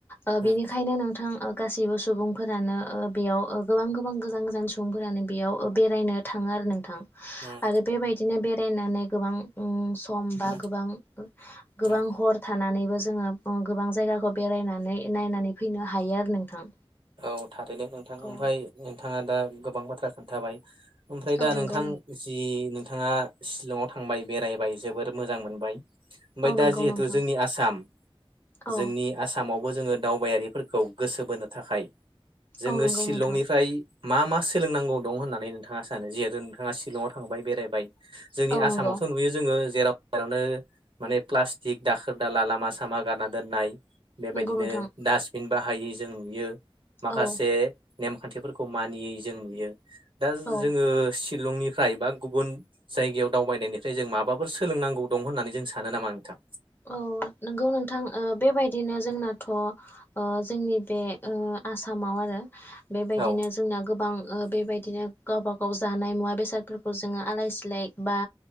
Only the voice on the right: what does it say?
उम
उम
उम
उम
औ थारैनो नोंथां
ओमफ्राय नोंथाङा दा गोबां बाथ्रा खोन थाबाय ओमफ्राय
दा
नोंथां जि नोंथाङा शिलंआव थांबाय बेरायबाय जोबोर मोजां मोनबाय ओमफ्राय
दा
जिहेथु
जोंनि आसाम
जोंनि आसामावबो जोङो दावबायारिफोरखौ गोसो बोनो थाखाय जोङो
शिलंनिफ्राय
मा मा सोलोंनांगौ दं होननानै नोंथाङा सानो जिहेथु नोंथाङा शिलंआव थांबाय बेरायबाय जोंनि
आसामावथ'
नुयो जोङो जेराव मेरावनो माने प्लास्टिक दाखोर दाला लामा सामा गारना दोननाय बेबायदिनो
डास्टबिन बाहायै जों नुयो माखासे
नेमखान्थिफोरखौ मानियै जों नुयो दा
जोङो शिलंनिफ्राय बा गुबुन जायगायाव दावबायनायनिफ्राय जों माबाफोर सोलोंनांगौ दं होननानै जों सानो नामा नोंथां
औ